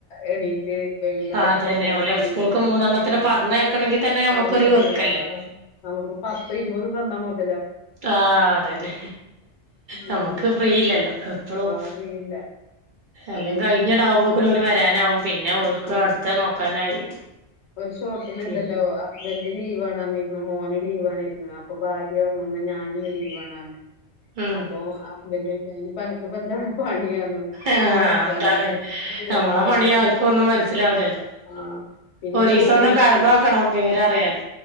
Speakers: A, on the left; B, on the right.
A: എണീറ്റ് <unintelligible> വൈകുന്നേരം
B: അതന്നെ
A: കെടക്കോളം
B: ഓലെ
A: പണിയല്ലേ
B: സ്കൂൾക്ക് മൂന്നെണ്ണത്തിന്
A: ആഹ്
B: പറഞ്ഞയക്കണെങ്കി തന്നെ നമുക്കൊരു
A: പറഞ്ഞക്കണ്
B: ഒരുക്കല്ലേ
A: ആഹ് നമ്മക്ക് പത്തോ ഇരുപതും തന്നാ മത്
B: ആഹ് അതന്നെ
A: ഉം
B: നമ്മക്ക് ഫ്രീയില്ലല്ലോ എപ്പഴും
A: ആഹ് ഫ്രീ ഇല്ല
B: എല്ലാം
A: അത്
B: കഴിഞ്ഞുടാവുമ്പോക്കര് വരാനാവും പിന്നെ ഓൽക്ക്
A: ആഹ്
B: അടുത്ത നോക്കാനായി.
A: ഒരു ഷോട്ടില് ഇണ്ടല്ലോ
B: പിൻ
A: അ <unintelligible> ലീവണറിഞ്ഞിരുന്നു മോനും ലീവാണ് ഇരുന്നു അപ്പൊ ഭാര്യ പറഞ്ഞു ഞാനിന്ന് ലീവാണ്ന്ന് പറഞ്ഞ്
B: ഉം
A: അപ്പൊ ഹസ്ബൻഡ് ചോയിച്ച് അയിന് അനക്കെന്താ ഇപ്പവിടെ പണി പറഞ്ഞു
B: ആഹ്
A: ലീവാക്കാന്
B: അതാണ്
A: പറഞ്ഞു അന്നേര
B: നമ്മളെ പണി
A: പിന്നെ
B: ആർക്കും
A: ആഹ്
B: ഒന്നും മനസ്സിലാവൂലല്ലോ
A: <unintelligible> ആഹ് പിന്നെ
B: ഒരീസം
A: ചോറ്
B: ഒന്ന്
A: വെച്ച്
B: കെടന്ന് നോക്കണം വിവരം അറിയാന്